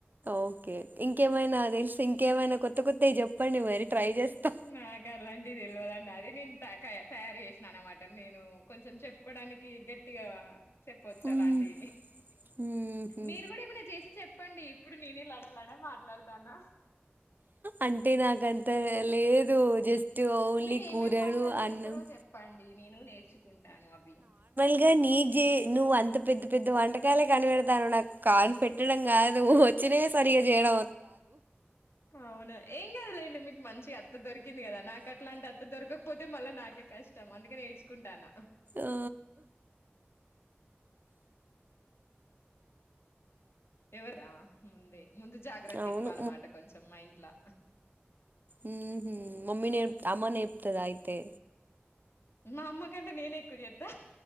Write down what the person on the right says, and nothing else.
ఓకే ఇంకేమైనా తెలుసు ఇంకేమైనా కొత్త కొత్త ఇవి చెప్పండి మరి ట్రై చేస్తా
మ్మ్
మ్మ్హ్
అంటే నాకంతా లేదు జస్ట్ ఓన్లీ
కూరలు
అన్నం
ఇగా నీ జే నువ్వు అంత పెద్ద పెద్ద వంటకాలే కనిపెడతాను నా కాన్ పెట్టడం కాదు చినే సరిగ జయడాా
ఆ
అవును
ఉ మమ్మీ నప్ అమ్మా నప్తేదయితే